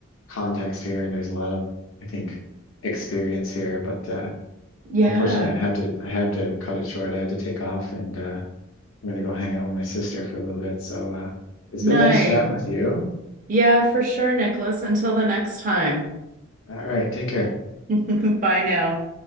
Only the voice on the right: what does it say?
Yeah.
Nice.
Yeah, for sure, Nicholas. Until the next time.
<laughs> Bye now.